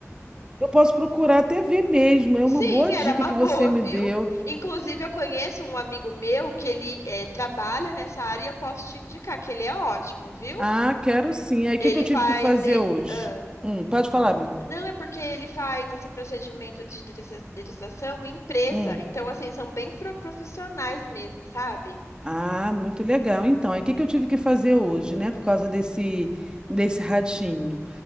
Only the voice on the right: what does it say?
Eu posso procurar até ver mesmo. É
uma boa dica
que
você me
deu.
Ah, quero sim. Aí, o
que que eu tive
que fazer
hoje?
Hum, pode falar, amiga.
Hum.
Ah, muito legal. Então, aí, o que que eu tive que fazer hoje, né? Por causa desse, desse ratinho.